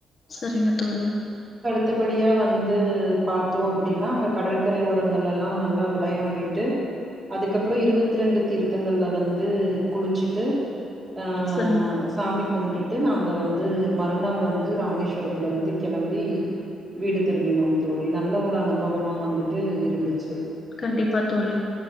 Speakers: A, on the left; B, on the right.
A: சரிங்க தோழி
B: மத்தபடியா வந்து பார்த்தோம் அப்படின்னா அங்க கடற்கரை ஓரங்கள் எல்லாம் நல்லா விளையாடிட்டு அதுக்கப்புறம் இருபத்தி ரெண்டு தீர்த்தங்கள்ல வந்து குளிச்சுட்டு ஆஹ்
A: சரிங்க தோழி.
B: சாமி கும்டுட் ட்டு நாங்க வந்து மறுநாள் வந் டு ராமேஸ்வரத்துலருந்து கெளம்பி வீடு திரும்பினோம் தோழி நல்ல ஒரு அனுபவமா வந்துட்டு இருந்துச்சு
A: கண்டிப்பா தோழி